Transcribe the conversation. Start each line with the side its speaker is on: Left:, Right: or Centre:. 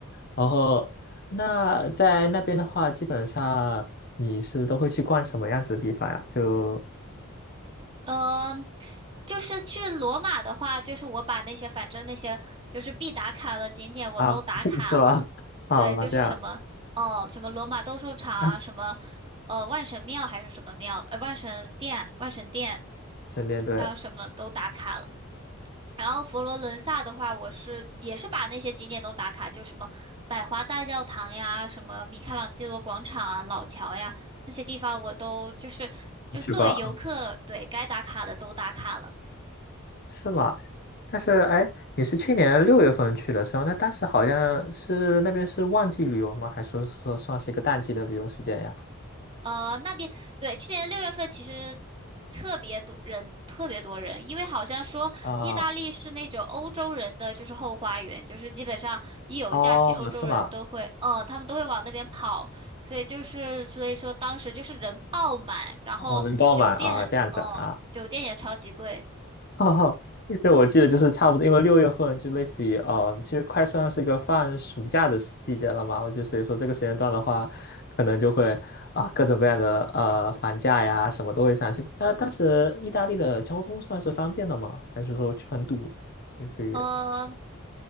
Left: 然后那在那边的话，基本上你是都会去逛什么样子的地方呀？就
Right: 呃，就是去罗马的话，就是我把那些反正那些就是必打卡的景点我都打卡了。
Left: 啊，<laughs> 是吧？<laughs> 啊，
Right: 对，就是什么哦，
Left: 这样。
Right: 什么罗马斗兽场啊，
Left: 那
Right: 什么呃万神庙还是什么庙，呃万神殿、万神殿，
Left: 神殿对
Right: 然后什么都打卡了。然后佛罗伦萨的话，我是也是把那些景点都打卡，就什么百花大教堂呀，什么米开朗基罗广场啊、老桥呀那些地方，我都就是就是作为游客，
Left: 你去过啊
Right: 对该打卡的都打卡了。
Left: 是吗？但是哎，你是去年六月份去的时候，那当时好像是那边是旺季旅游吗？还是说说算是一个淡季的旅游时间呀？
Right: 呃，那边对，去年六月份其实特别多人，特别多人，因为好像说意大利是那种欧洲人的就是后花园，
Left: 啊、
Right: 就是基本上一有假期，
Left: 哦，
Right: 欧洲人都会，
Left: 是吗？
Right: 呃，他们都会往那边跑，所以就是所以说当时就是人爆满，然后酒店，
Left: 啊、人爆满啊，这样子啊，
Right: 嗯，酒店也超级贵，
Left: 哦，对，我记得就是差不多，因为六月份就类似于，呃，其实快算是一个放暑假的时季节了嘛。我就所以说这个时间段的话，可能就会啊、各种各样的呃房价呀什么都会上去。那当时意大利的交通算是方便的吗？还是说去很堵？类似于
Right: 呃，